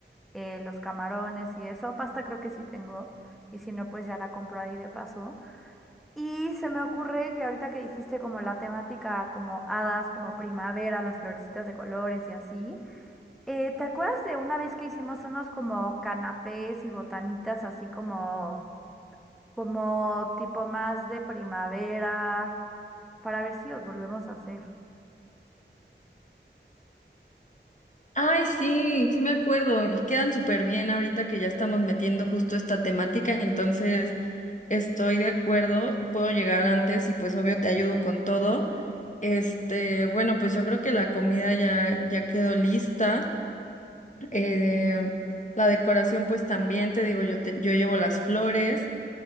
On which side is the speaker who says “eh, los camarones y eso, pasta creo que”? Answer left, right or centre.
Centre